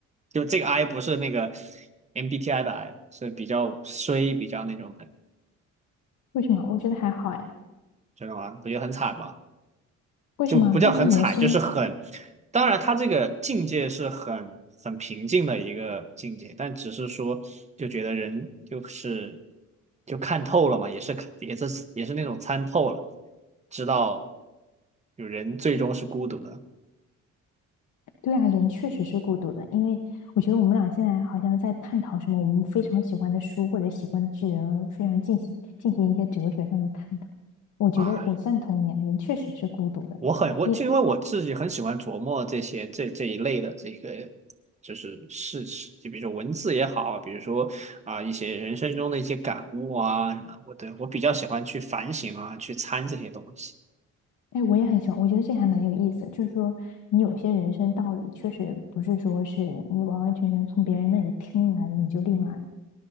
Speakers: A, on the right; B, on the left.
A: 就这个哀不是那个 MBTI 的哀，是比较衰、比较那种的，
B: 为什么？我觉得还好哎。
A: 知道吗？不就很惨吗？
B: 为什么？
A: 就不叫很惨，
B: 但是你的声音，
A: 就是很，当然他这个境界是很很平静的一个境界，但只是说就觉得人就是就看透了嘛，也是看也是也是那种参透了，知道有人最终是孤独的
B: 对啊，人确实是孤独的，因为我觉得我们俩现在好像在探讨什么我们非常喜欢的书或者喜欢的剧，人非常进行进行一些哲学上的探讨。我觉得我赞同你啊，
A: 啊。
B: 人确实是孤独的。
A: 我很我就因为我自己很喜欢琢磨这些这这一类的这个
B: 你，
A: 就是事情，就比如说文字也好，比如说啊、一些人生中的一些感悟啊什么，我的我比较喜欢去反省啊，去参这些东西
B: 哎，我也很喜欢，我觉得这还蛮有意思。就是说，你有些人生道理确实不是说是你完完全全从别人那里听来，你就立马